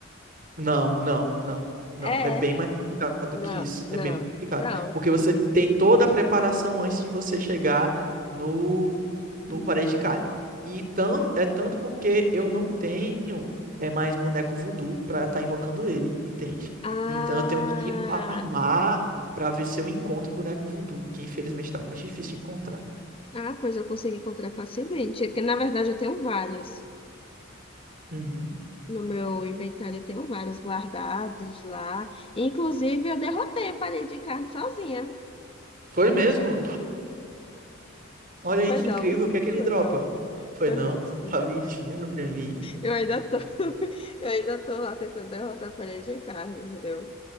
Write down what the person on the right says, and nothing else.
Não, não, não, não.
É bem mais complicado do
que isso.
É bem mais complicado.
Porque você tem toda a preparação antes de você chegar no, no parede de carne. E tão, é tanto porque eu não tenho é mais boneco voodoo pra estar invocando ele, entende?
Então eu tenho que ir pra armar pra ver se eu encontro o boneco voodoo, que infelizmente tá muito difícil de encontrar.
Uhum.
Foi mesmo? Olha aí
que
incrível. O que é que ele
dropa?
Foi
não,
tá
mentindo pra mim.